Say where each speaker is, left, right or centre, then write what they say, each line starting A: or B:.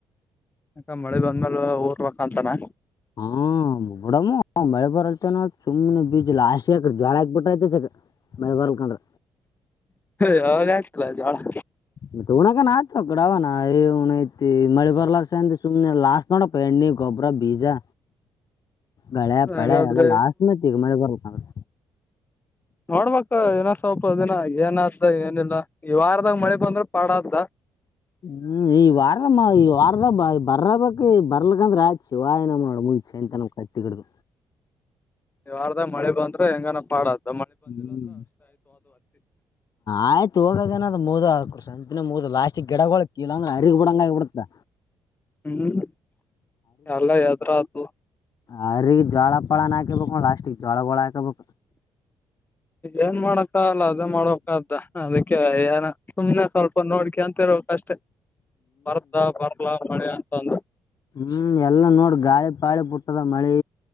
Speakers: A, on the left; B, on the left.
A: ಯಾಕ ಮಳಿ ಬಂದ್ಮೇಲ್ ಓರ್ಬೇಕಂತಾನ.
B: ಹಾ ನೋಡಮ್ಮೂ ಮಳೆ ಬರಲ್ತೇನ ಸುಮನೆ ಬೀಜ ಲಾಶಿಆಕ್ರ ಜ್ವಾಳಾ ಹಾಕ್ಬಿಟ್ರೀಯ್ಥ ಚಕ. ಮಳಿ ಬರ್ಬೇಕಂದ್ರ.
A: ಯಾವಾಗ ಆಗ್ತಿಲಾ ಜ್ವಾಳಾ.
B: ಮತ್ತ ಉುಣಕನ್ ಆಯತ ಕಡ ಅವನ ಏ ಉಣ ಐತಿ ಮಳಿ ಬರ್ಲರ್ಸೆಂದಿ ಸುಮ್ನ ಲಾಸ್ ನೋಡಪ್ಪ ಎಣ್ಣಿ ಗೋ. ಬ್ಬರ ಬೀಜಾ. ಗಳೆ
A: ಹಾಗಾದ್ರೆ
B: ಪಳೆ ಎಲ್ಲಾ ಲಾಸಲೈತಿ ಈಗ ಮಳಿ ಬರ್ಬೇಕಂದ್ರ.
A: ನೋಡ್ಬಕ ಇನ ಸ್ವಪ ದಿನಾ ಏನಾತದ ಏನಿಲ್ಲ ಈ ವಾರದಾಗ ಮಳಿ ಬಂದ್ರ ಪಾಡ ಆತದ.
B: ಹ್ಮ್. ಈ ವಾರಮ ಈ ವಾರದಾ ಬರಬಕ್ ಬರ್ಲಕ್ಕಂದ್ರ ಆತ್ ಶಿವಾಯ ನಮಃ ನೋಡ ಮುಂದ ಸಂಚಾನ ಕಟ್ಟಿಗಿಡದ.
A: ಈ ವಾರದಾಗ್ ಮಳಿ ಬಂದ್ರ ಹೆಂಗಾನ ಪಾಡತ್.
B: ಹ್ಮ್ ಆಯ್ತ ಹೋಗದನದು ಮೋಗದದ್. ಅವಕ್ರು ಸಂತಿನ ಮುಗ್ದ ಲಾಸ್ಟಿಗೆ ಗಿಡ-ಗಿಡಗೊಳ್ ಹರಿಗಿ ಬಿಡಂಗ ಆಗಿಬಿಡ್ತದ.
A: ಹೂಂ ಎಲ್ಲಾ ಎದುರ್ ಆದ್ದು.
B: ಆ ರಿ ಜೋಳ ಪಾಳನ ಹಾಕೆಬೇಕ ಲಾಸ್ಟಿಗ್ ಜೋಳ ಗಳ ಹಾಕಬೇಕ
A: ಇಲ್ಲೆನ ಮಾಡಕ್ಕಾಗಲ್ಲ ಅದೇ ಮಾಡ್ಬೇಕ್ದ ಆತದ ಅದಕ್ಕೆ ಏನ ಸುಮನೆ ಸ್ವಲ್ಪ ನೋಡ್ಕೆಂತ ಇರಬೇಕ್ ಅಷ್ಟೆ ಬರ್ತದ ಬರ್ಲಾ ಮಳಿ ಅಂತಂದು
B: ಹೂಂ ಎಲ್ಲಾ ನೋಡ ಗಾಳಿ ಪಾಳಿ ಬುಟ್ಟದ ಮಳಿ